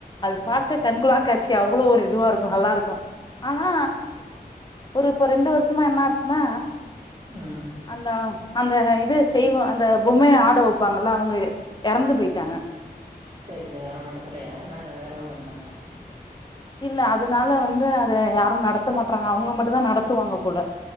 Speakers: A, on the left; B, on the right.
A: அது
B: ஆ
A: பார்க்க கண்கொள்ளா காட் ச்சீ அவ்வளோ ஒரு இதுவா இருக்கும் நல்லா இருக்கும். ஆனா ஒரு இப்ப ரெண்டு வருஷமா என்ன ஆச்சுன்னா.
B: ம்
A: அந்தா. அந்த இது செய்வோ அந்த பொம்மைய ஆட வைப்பாங்கள அவங்க. இறந்து போயிட்டாங்க.
B: செரி செரி ஆனா நடத்தலையா ந வேற ஆள் வண்ட்டாங்களா.
A: இல்ல அதனால வந்து அத யாரும் நடத்த மாட்டறாங் அவங்க மட்டும் தான் நடத்துவாங்க போல